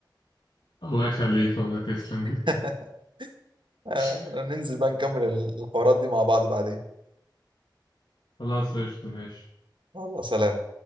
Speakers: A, on the left (about 80°); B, on the right (about 80°).
A: الله يخليك والله تسلم جدا
B: <laughs> آه،
A: <laughs>
B: ننزل بقى نكمل الحوارات دي مع بعض بعدين
A: خلاص قشطه ماشي
B: يلا سلام